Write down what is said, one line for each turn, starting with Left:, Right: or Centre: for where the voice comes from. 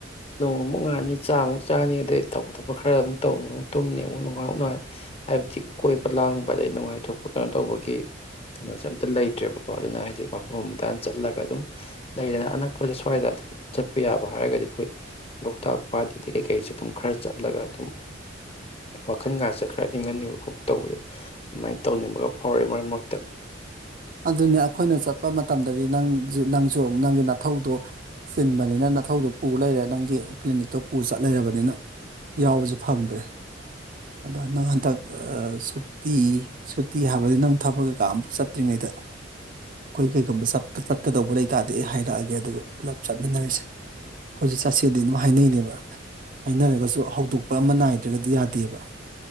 Left: ꯅꯣꯡꯃꯨꯛ ꯉꯥꯅꯤ ꯆꯥꯃꯨꯛ ꯆꯥꯛ ꯆꯥꯅꯤ ꯑꯗꯩ ꯇꯧꯕ ꯊꯣꯄ ꯈꯔ ꯑꯗꯨꯝ ꯇꯧꯅꯤ ꯑꯃꯨꯛ ꯇꯨꯝꯅꯤ ꯑꯃꯨꯛ ꯅꯨꯡꯉꯥꯏ ꯅꯨꯡꯉꯥꯏꯅꯤ ꯍꯥꯏꯕꯗꯤ ꯀꯣꯏꯕ ꯂꯥꯡꯕ ꯑꯗꯩ ꯅꯨꯡꯉꯥꯏꯊꯣꯛꯄ ꯀꯩꯅꯣ ꯇꯧꯕꯒꯤ ꯀꯩꯅꯣꯁꯦ ꯑꯝꯇ ꯂꯩꯇ꯭ꯔꯦꯕꯀꯣ ꯑꯗꯨꯅ ꯍꯥꯏꯗꯤ ꯃꯐꯝ ꯑꯃꯗ ꯆꯠꯂꯒ ꯑꯗꯨꯝ ꯂꯩꯗꯅ ꯑꯅꯛꯄꯁꯦ ꯁ꯭ꯋꯥꯏꯗ ꯑꯗꯨꯝ ꯆꯠꯄ ꯌꯥꯕ ꯍꯥꯏꯔꯒꯗꯤ ꯑꯩꯈꯣꯏ ꯂꯣꯛꯇꯥꯛ ꯄꯥꯠ ꯑꯇꯩ ꯀꯩꯀꯩꯁꯦ ꯑꯗꯨꯝ ꯈꯔ ꯆꯠꯂꯒ ꯑꯗꯨꯝ ꯋꯥꯈꯜꯒꯥꯁꯦ ꯈꯔ ꯏꯪꯍꯟꯅꯤꯡꯕ ꯈꯣꯠꯄ ꯇꯧꯕꯗꯣ ꯑꯗꯨꯃꯥꯏꯅ ꯇꯧꯅꯤꯡꯕꯒ ꯐꯥꯎꯔꯛꯑꯏ ꯃꯔꯛ ꯃꯔꯛꯇ
Right: ꯑꯗꯨꯅꯦ ꯑꯩꯈꯣꯏꯅ ꯆꯠꯄ ꯃꯇꯝꯗꯗꯤ ꯅꯪꯁꯨ ꯅꯪꯁꯨ ꯅꯪꯒꯤ ꯅꯥꯊꯧꯗꯣ ꯆꯤꯟꯕꯅꯤꯅ ꯅꯅꯥꯊꯧꯗꯣ ꯄꯨ ꯂꯩꯔꯦ ꯅꯪꯒꯤ ꯀ꯭ꯂꯤꯅꯤꯛꯇꯣ ꯄꯨ ꯆꯠ ꯂꯩꯔꯕꯅꯤꯅ ꯌꯥꯎꯕꯁꯨ ꯐꯪꯗ꯭ꯔꯦ ꯑꯗꯣ ꯅꯪ ꯍꯟꯗꯛ ꯁꯨꯇꯤ ꯁꯨꯇꯤ ꯍꯥꯏꯕꯗꯤ ꯅꯪ ꯊꯕꯛ ꯀꯩꯀꯥ ꯑꯃꯨꯛ ꯆꯠ ꯆꯠꯇ꯭ꯔꯤꯉꯩꯗ ꯑꯩꯈꯣꯏ ꯀꯩꯒꯨꯝꯕ ꯆꯠꯀꯗꯧꯕ ꯂꯩꯇꯥꯔꯗꯤ ꯑꯩ ꯍꯥꯏꯔꯛꯑꯒꯦ ꯑꯗꯨꯒ ꯄꯨꯂꯞ ꯆꯠꯃꯤꯟꯅꯔꯁꯦ ꯑꯩꯈꯣꯏꯁꯨꯦ ꯆꯠꯁꯦꯗꯤ ꯑꯗꯨꯝ ꯍꯥꯏꯅꯩꯅꯦꯕ ꯍꯥꯏꯅꯔꯒꯁꯨ ꯍꯧꯗꯣꯛꯄ ꯑꯃ ꯅꯥꯏꯗ꯭ꯔꯒꯗꯤ ꯌꯥꯗꯦꯕ